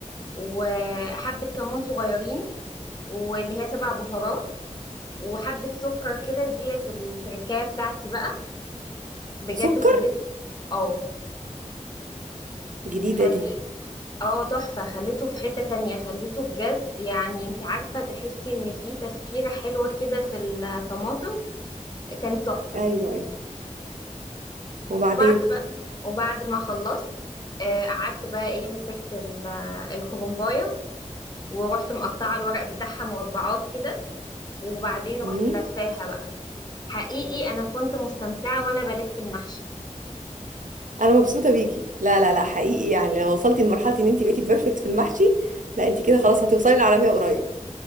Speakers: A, on the left; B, on the right.
A: وحبه كمون صغيرين واللي هي سبع بهارات وحبه سكر كده ديت التركايه بتاعتي بقى بجد
B: سكر
A: خليت اه
B: جديده
A: خل
B: دي
A: اه تحفة خليته في حتة تانية خليته بجد يعني انت عارفة تحسي ان في تسكيرة حلوة كده في الطماطم كانت تحفة
B: ايوه ايوه وبعدين
A: وبعد بقى وبعد ما خلصت آه، قعدت بقى ايه مسكت ال- الكرنباية ورحت مقطعة الورق بتاعها مربعات كده وبعدين رحت
B: امم
A: لفاها بقى حقيقي انا كنت مستمتعة وانا بلف المحشي
B: انا مبسوطه بيكي لا لا لا حقيقي يعني لو وصلتي لمرحله ان انت بقيتي بيرفكت في المحشي لا انت كده خلاص هتوصلي للعالميه قريب